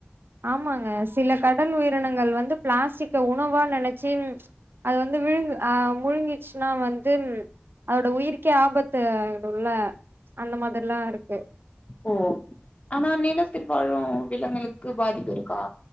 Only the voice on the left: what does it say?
ஓ ஆனா நிலத்தில் வாழும் விலங்களுக்கு பாதிப்பு இருக்கா